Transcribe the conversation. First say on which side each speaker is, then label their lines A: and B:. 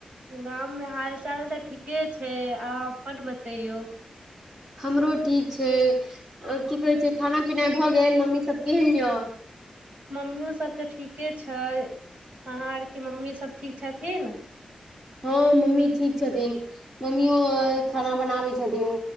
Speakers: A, on the right (about 55°); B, on the right (about 20°).
A: गाममे हाल चाल तऽ ठीके छै, अहाँ अपन बतैयौ। <unintelligible>
B: हमरो ठीक छै अ की कहै छै खाना पीनाय भऽ गेल मम्मी सब केहन य। <unintelligible>
A: मम्मियो सब तऽ ठीके छै, अहाँ आर के मम्मी सब ठीक छथिन। <unintelligible>
B: हां मम्मी ठीक छथिन मम्मीयों खाना बनाबै छथिन।